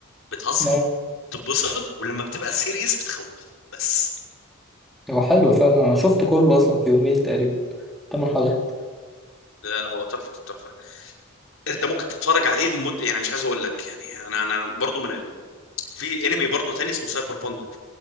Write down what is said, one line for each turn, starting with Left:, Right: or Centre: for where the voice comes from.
Left: بتهزر
Centre: يعني
Left: بتتبسط ولما بتبقى سيريس بتخوف بس
Centre: هو حلو فعلا انا شفته كله اصلا في يومين تقريبا ثمان حلقات
Left: لا لا هو تحفه التحفه انت ممكن تتفرج عليه لمده يعني مش عايز اقول لك يعني انا انا برضو من ال... في انمي برضو تاني اسمه سايبر بانك